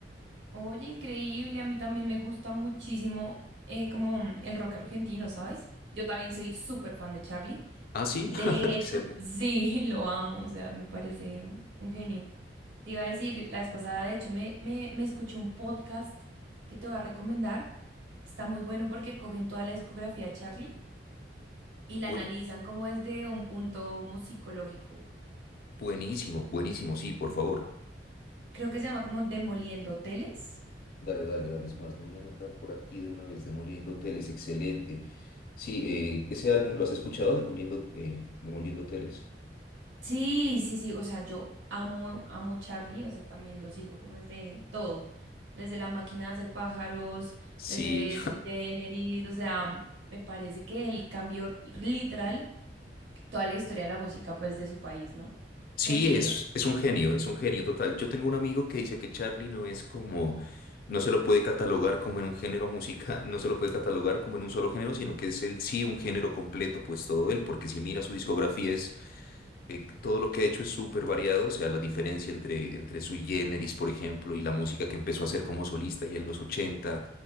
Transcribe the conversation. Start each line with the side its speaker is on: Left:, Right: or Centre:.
Right: Oye, increíble, a mí también me gusta muchísimo eh, como mm, el rock argentino, ¿sabes? Yo también soy súper fan de Charlie.
Left: Ah, sí,
Right: De
Left: <laughs> excelente.
Right: hecho, sí, <laughs> lo amo, o sea, me parece un genio. Te iba a decir, la vez pasada, de hecho, me, me, me escuché un podcast que te voy a recomendar. Está muy bueno porque cogen toda la discografía de Charlie y
Left: Buen-
Right: la analizan como desde un punto musicológico.
Left: buenísimo, buenísimo, sí, por favor.
Right: Creo que se llama como Demoliendo Teles.
Left: Dale, dale, dale, es más, lo voy a anotar por aquí de una vez, Demoliendo Hoteles, excelente. Sí, eh, ese álbum lo has escuchado, Demoliendo, eh, Demoliendo Hoteles.
Right: Sí, sí, sí, o sea, yo amo, amo Charlie, o sea, también lo sigo como desde todo, desde la máquina de hacer pájaros,
Left: Sí,
Right: desde su Generis, o sea, me parece que él cambió literal toda la historia de la música pues de su país, ¿no?
Left: sí,
Right: Qué envidia.
Left: es, es un genio, es un genio total. Yo tengo un amigo que dice que Charlie no es como, no se lo puede catalogar como en un género musical, no se lo puede catalogar como en un solo género, sino que es en sí un género completo, pues todo él, porque si mira su discografía eh, todo lo que ha hecho es súper variado, o sea, la diferencia entre, entre su generis, por ejemplo, y la música que empezó a hacer como solista ya en los ochenta